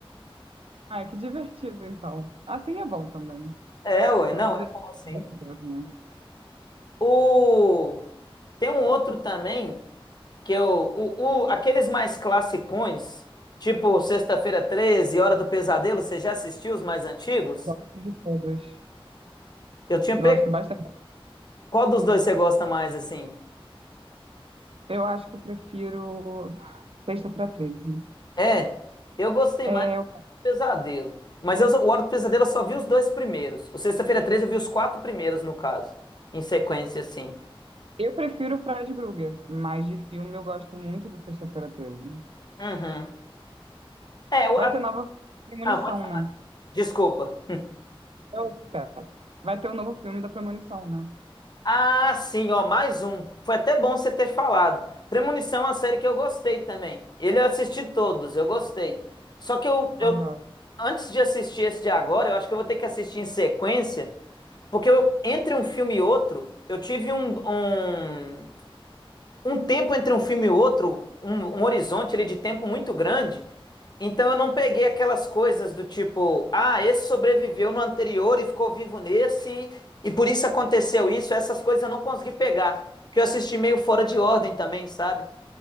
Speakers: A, on the right (about 75°); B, on the left (about 45°).
A: Ah, é que divertido, então. Assim é bom também.
B: É, ué,
A: Não
B: não,
A: precisa.
B: é bom assim.
A: Ai, meu Deus, né?
B: O tem um outro também Que eu, o, o- aqueles mais classicões, tipo Sexta-feira Treze Hora do Pesadelo, você já assistiu os mais antigos?
A: Gosto de todos.
B: Eu tinha pego.
A: Gosto bastante.
B: Qual dos dois você gosta mais, assim?
A: Eu acho que eu prefiro Sexta-feira 13.
B: É, eu gostei mais
A: Eu
B: do Pesadelo. Mas eu, só- o Hora do Pesadelo eu só vi os dois primeiros. O Sexta-feira Treze eu vi os quatro primeiros, no caso. Em sequência, assim.
A: eu prefiro o Fred Krueger, mas de filme eu gosto muito do Sexta-feira 13.
B: Uhum. É, o,
A: Vai
B: a-
A: ter nova Premonição,
B: ah, pode-
A: né?
B: desculpa.
A: Eu espero. Vai ter o novo filme da Premonição, né?
B: Ah, sim, ó, mais um. Foi até bom você ter falado. Premonição é uma série que eu gostei também. Ele eu assisti todos, eu gostei. Só que eu, eu
A: Adoro.
B: antes de assistir esse de agora, eu acho que eu vou ter que assistir em sequência, porque eu, entre um filme e outro, eu tive um, um um tempo entre um filme e outro, um, um horizonte ali de tempo muito grande. Então eu não peguei aquelas coisas do tipo, ah, esse sobreviveu no anterior e ficou vivo nesse, e por isso aconteceu isso. Essas coisas eu não consegui pegar, porque eu assisti meio fora de ordem também, sabe?